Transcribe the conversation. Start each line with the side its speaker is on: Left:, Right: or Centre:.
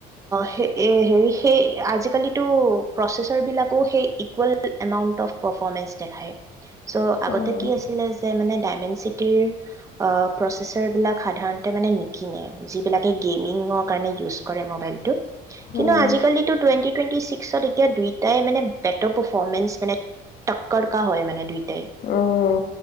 Right: হে সেই আজিকালিটো প্ৰচেছৰ বিলাকো সেই ইকুৱেল এমাউণ্ট অফ পাৰফৰ্মেঞ্চ দেখায়। চ' আগতে
Left: উম
Right: কি আছিলে যে মানে। ডায়মেণ্ড চিটিৰ প্ৰচেচাৰবিলাক। সাধাৰণতে মানে নিকিনে যিবিলাকে গেমিংৰ কাৰণে ইউচ কৰে মোবাইলটো কিন্তু
Left: উম
Right: আজি কালিটো টুৱেন্টি-টুৱেন্টি ছিক্সত এতিয়া দুইটাই বেটাৰ পাৰফৰ্মেঞ্চ মানে তক্কৰ কা হয় মানে দুইটাই
Left: উম